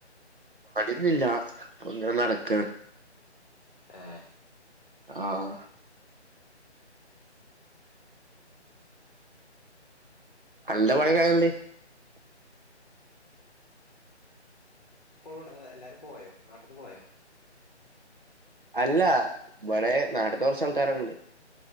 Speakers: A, on the right; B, on the left.
A: ലില്ലാ പ്പോ ങ്ങനെ നടകാണ്
B: ഏഹ
A: ആഹ അല്ലാ പണി ക <unintelligible>
B: ഇപ്പോളുണ്ടോ അത എല്ലാരും പോയോ നാട്ടിന്ന് പോയോ
A: അല്ല വടെ നാട്ട്ത്തെ കൊർച്ച് ആൾക്കാരൊക്കണ്ട്